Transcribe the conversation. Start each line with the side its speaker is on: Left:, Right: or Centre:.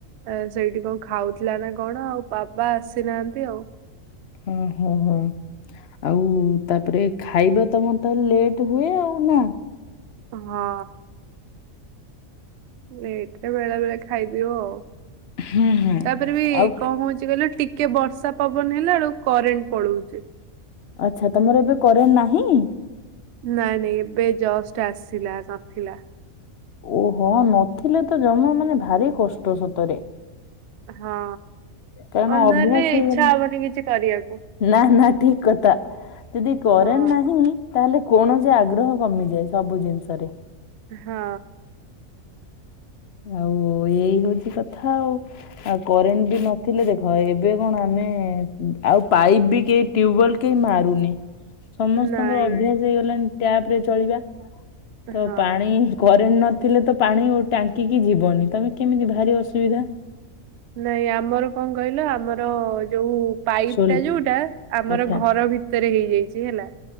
Right: ଆରେ ସେଇଠି କଣ ଖାଉଥିଲା ନା କଣ ଆଉ ବାବା ଆସିନାହାନ୍ତି ଆଉ।
Left: ଓ ହୋ ହୋ। ଆଉ ତାପରେ ଖାଇବା ତମର ତ ଲେଟ୍ ହୁଏ ଆଉ ନା।
Right: ହଁ। ଲେଟ୍ ରେ ବେଳେ ବେଳେ ଖାଇଦେଉ ଆଉ
Left: ହୁଁ ହୁଁ।
Right: ତାପରେ ବି
Left: ଆଉ
Right: କଣ ହଉଚି କହିଲେ ଟି ଟିକେ ବର୍ଷା ପବନ ହେଲା ବେଳକୁ କରେଣ୍ଟ୍ ପଳଉଚି।
Left: ଆଚ୍ଛା ତମର ଏବେ କରେଣ୍ଟ୍ ନାହିଁ?
Right: ନାଇଁ ନାଇଁ ଏବେ ଜଷ୍ଟ୍ ଆସିଲା ନଥିଲା।
Left: ଓହୋ ନଥିଲେ ତ ଜମା ମାନେ ଭାରି କଷ୍ଟ ସତରେ।
Right: ହଁ
Left: କାରଣ
Right: ଅନ୍ଧାରରେ
Left: ଅଭ୍ୟାସ ହେଇଗଲାଣି
Right: ଇଚ୍ଛା ହବନି କିଛି କରିବାକୁ।
Left: ନା- ନା ଠିକ୍ କଥା ଯଦି କରେଣ୍ଟ୍
Right: ହଁ
Left: ନାହିଁ ତାହେଲେ କୌଣସି ଆଗ୍ରହ କମିଯାଏ ସବୁ ଜିନିଷରେ।
Right: ହଁ।
Left: ଆଉ ଏଇ ହଉଚି କଥା ଆଉ। ଆଉ କରେଣ୍ଟ୍ ବି ନଥିଲେ ଦେଖ ଏବେ କଣ ଆମେ ଆଉ ପାଇପ୍ ବି କେ ଟ୍ୟୁବଲ୍ କେହି ମାରୁନେ। ସମସ୍ତଙ୍କର
Right: ନାଇଁ
Left: ଅଭ୍ୟାସ୍ ହେଇଗଲାଣି ଟ୍ୟାପ୍ ରେ ଚଳିବା ତ
Right: ହଁ
Left: ପାଣି କରେଣ୍ଟ୍ ନ ଥିଲେ ତ ପାଣି ଓ ଟାଙ୍କିକି ଯିବନି ତମେ କେମିତି ଭାରି ଅସୁବିଧା।
Right: ନାଇଁ ଆମର କଣ କହିଲ ଆମର ଯଉ ପାଇପ୍
Left: ସୋଲ
Right: ଟା ଯଉଟା ଆମର
Left: ଆଚ୍ଛା
Right: ଘର ଭିତ୍ ଭିତରେ ହେଇଯାଇଚି ହେଲା